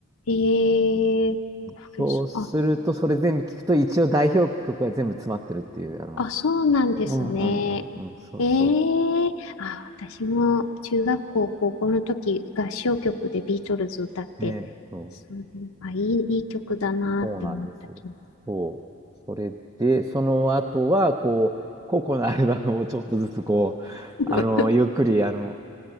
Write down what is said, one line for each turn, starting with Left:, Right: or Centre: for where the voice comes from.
Left: ええこ
Right: そうすると、
Left: れそう、あ、
Right: それ全部聞くと、一応代表曲が全部詰まってるっていう、あの、
Left: あ、そうなんですね。
Right: うんうんうんうん、そうそ
Left: ええあ、私も中学校、高校の時、合唱曲でビートルズ歌って、
Right: う。ねえ、そう。
Left: そう、あ、いい、いい曲だなって思った気も。
Right: そうなんです。そう。それで、その後は、こう、個々のアルバムをちょっとずつ、こう、
Left: <laughs>
Right: あの、ゆっくり、あの、